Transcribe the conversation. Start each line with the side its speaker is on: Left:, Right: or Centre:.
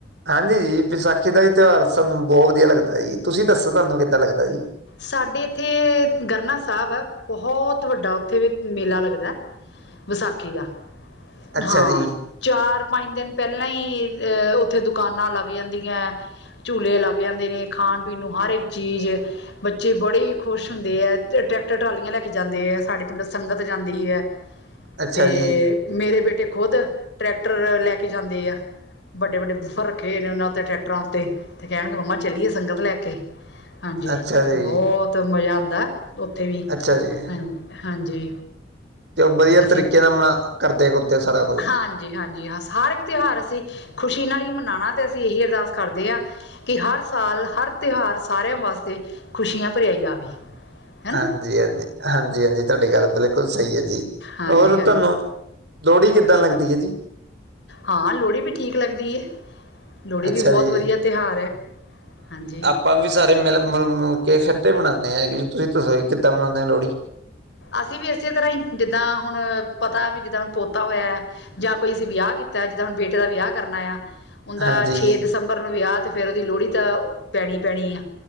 Right: ਹਾਂਜੀ ਜੀ ਵਿਸਾਖੀ ਦਾ ਵੀ ਤਿਉਹਾਰ ਸਾਨੂੰ ਬਹੁਤ ਵਧੀਆ ਲੱਗਦਾ ਜੀ ਤੁਸੀਂ ਦੱਸੋ ਤੁਹਾਨੂੰ ਕਿੱਦਾਂ ਲੱਗਦਾ ਜੀ।
Left: ਸਾਡੇ ਇੱਥੇ ਗਰਨਾ ਸਾਹਿਬ ਹੈ ਬਹੁਤ ਵੱਡਾ ਉੱਥੇ ਵੀ ਮੇਲਾ ਲੱਗਦਾ ਹੈ। ਵਿਸਾਖੀ ਦਾ
Right: ਅੱਛਾ
Left: ਹਾਂ।
Right: ਜੀ
Left: ਚਾਰ ਪੰਜ ਦਿਨ ਪਹਿਲਾਂ ਹੀ ਉੱਥੇ ਦੁਕਾਨਾਂ ਲੱਗ ਜਾਂਦੀਆਂ ਹੈ। ਝੂਲੇ ਲੱਗ ਜਾਂਦੇ ਨੇ ਖਾਣ ਪੀਣ ਨੂੰ ਹਰ ਇੱਕ ਚੀਜ਼। ਬੱਚੇ ਬੜੇ ਹੀ ਖੁਸ਼ ਹੁੰਦੇ ਹੈ। ਟਰੈਕਟਰ ਟਰਾਲੀਆਂ ਲੈ ਕੇ ਜਾਂਦੇ ਹੈ। ਸਾਡੇ ਪਿੰਡ ਸੰਗਤ ਜਾਂਦੀ ਹੈ।
Right: ਅੱਛਾ
Left: ਤੇ
Right: ਜੀ
Left: ਮੇਰੇ ਬੇਟੇ ਖੁਦ ਟਰੈਕਟਰ ਲੈ ਕੇ ਜਾਂਦੇ ਆ। ਵੱਡੇ ਵੱਡੇ ਬੁਫਰ ਰੱਖੇ ਨੇ ਉਹਨਾਂਤੇ ਟਰੈਕਟਰਾਂ ਉੱਤੇ ਤੇ ਕਹਿਣਗੇ ਮੰਮਾ ਚਲੀਏ ਸੰਗਤ ਲੈ ਕੇ ਹਾਂਜੀ
Right: ਅੱਛਾ ਜੀ
Left: ਬਹੁਤ ਮਜਾ ਆਉਂਦਾ ਉਥੇ ਵੀ
Right: ਅੱਛਾ ਜੀ
Left: ਹਾਂ ਹਾਂਜੀ।
Right: ਤੇ ਉਹ ਵਧੀਆ
Left: ਅਸੀਂ
Right: ਤਰੀਕੇ ਨਾਲ ਕਰਦੇ। ਸਾਰਾ ਕੁਝ
Left: ਹਾਂਜੀ ਹਾਂਜੀ ਹ ਹਰ ਇੱਕ ਤਿਉਹਾਰ ਅਸੀਂ ਖੁਸ਼ੀ ਨਾਲ ਹੀ ਮਨਾਉਣਾ ਤਾਂ ਅਸੀਂ ਇਹੀ ਅਰਦਾਸ ਕਰਦੇ ਹਾਂ ਕਿ ਹਰ ਸਾਲ ਹਰ ਤਿਉਹਾਰ ਸਾਰਿਆਂ ਵਾਸਤੇ ਖੁਸ਼ੀਆਂ ਭਰਿਆ ਹੀ ਆਵੇ। ਹਨਾ
Right: ਹਾਂਜੀ ਹਾਂਜੀ ਹਾਂਜੀ ਹਾਂਜੀ ਤੁਹਾਡੀ ਗੱਲ ਬਿਲਕੁੱਲ ਸਹੀ ਹੈ ਜੀ
Left: ਹਾਂਜੀ
Right: ਹੋਰ
Left: ਹਾਂਜੀ
Right: ਤੁਹਾਨੂੰ ਲੋਹੜੀ ਕਿੱਦਾਂ ਲੱਗਦੀ ਹੈ ਜੀ।
Left: ਹਾਂ ਲੋਹੜੀ ਵੀ ਠੀਕ ਲੱਗਦੀ ਹੈ। ਲੋਹੜੀ
Right: ਅੱਛਾ
Left: ਵੀ ਬਹੁਤ
Right: ਜੀ
Left: ਵਧੀਆ ਤਿਉਹਾਰ ਹੈ ਹਾਂਜੀ।
Right: ਆਪਾਂ ਵੀ ਸਾਰੇ ਮਿਲ ਮਿਲੁ ਕੇ ਇੱਕਠੇ ਮਨਾਉਂਦੇ ਆ ਜੀ ਤੁਸੀਂ ਦੱਸੋ ਕਿੱਦਾਂ ਮਨਾਉਂਦੇ ਹੋ ਲੋਹੜੀ।
Left: ਅਸੀਂ ਵੀ ਇਸੇ ਤਰ੍ਹਾਂ ਹੀ ਜਿੱਦਾਂ ਹੁਣ ਪਤਾ ਵੀ ਜਿੱਦਾਂ ਹੁਣ ਪੋਤਾ ਹੋਇਆ ਆ। ਜਾਂ ਕੋਈ ਅਸੀਂ ਵਿਆਹ ਕੀਤਾ ਜਿੱਦਾਂ ਹੁਣ ਬੇਟੇ ਦਾ ਵਿਆਹ ਕਰਨਾ ਆ। ਉਹਦਾ
Right: ਹਾਂਜੀ
Left: ਛੇ ਦਸੰਬਰ ਨੂੰ ਵਿਆਹ ਤੇ ਫੇਰ ਉਹਦੀ ਲੋਹੜੀ ਤਾਂ ਪੈਣੀ ਪੈਣੀ ਆ।